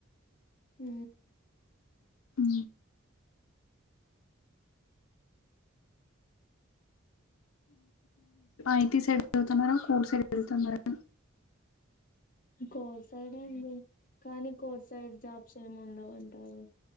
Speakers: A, on the left; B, on the left.
A: ఉ
B: ఉ ఐటి సైడ్ వెలుతున్నారా కోర్ సైడ్ వెలుతున్నారా
A: కోర్ సైడ్ అండి కానీ కోర్ సైడ్ జాబ్స్ ఏముండవు అంటారు